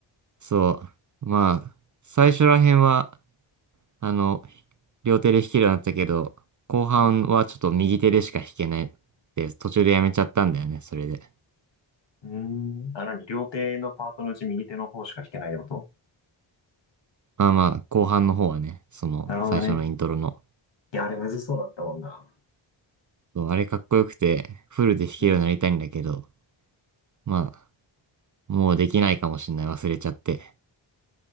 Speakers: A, on the right; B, on the left.
A: そう。まあ、最初ら辺は、あの、両手で弾けるようになったけど、後半はちょっと右手でしか弾けないって、
B: うん。
A: 途中でやめちゃったんだよね、それで。
B: うーん。あ、なに、両手のパートのうち右手の方しか弾けないってこと
A: まあまあ、後半の方はね、その、
B: なるほどね。
A: 最初のイントロの。
B: いや、あれむずそうだったもんな。
A: そう、あれかっこよくて、フルで弾けるようになりたいんだけど、
B: うん。
A: まあ、もうできないかもしんない、忘れちゃって。